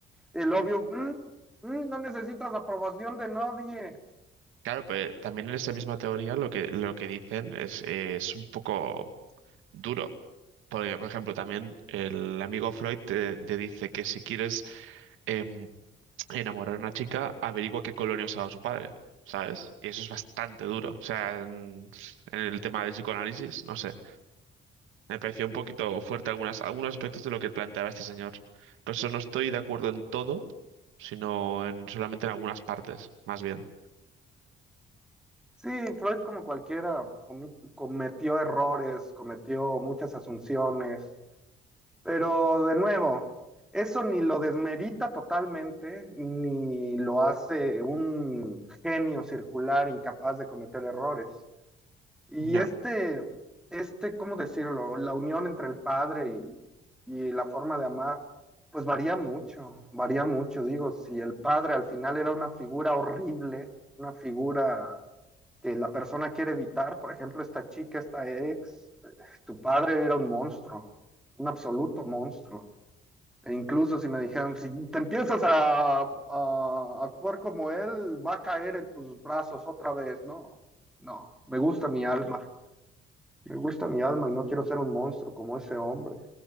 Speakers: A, in the centre; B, on the right.
A: el obvio, "Mm, mm, no necesitas aprobación de nadie.
B: Claro, pero también en esa misma teoría lo que, lo que dicen es, eh, es un poco duro. Porque, por ejemplo, también el amigo Freud te, te dice que si quieres em, enamorar a una chica, averigua qué colonia usaba su padre, ¿sabes? Y eso es bastante duro. O sea, en, en el tema del psicoanálisis, no sé. Me pareció un poquito fuerte algunas, algunos aspectos de lo que planteaba este señor. Por eso no estoy de acuerdo en todo, sino en, solamente en algunas partes, más bien.
A: Sí, Freud como cualquiera comi- cometió errores, cometió muchas asunciones, pero de nuevo, eso ni lo desmerita totalmente, ni lo hace un genio circular incapaz de cometer errores. Y
B: Ya,
A: este, este, ¿cómo decirlo? La unión entre el padre y, y la forma de amar, pues varía mucho, varía mucho. Digo, si el padre al final era una figura horrible, una figura que la persona quiere evitar, por ejemplo, esta chica, esta ex, eh, tu padre era un monstruo, un absoluto monstruo. E incluso si me dijeran, si te empiezas a, a actuar como él, va a caer en tus brazos otra vez. No, no, me gusta mi alma. Me gusta mi alma y no quiero ser un monstruo como ese hombre.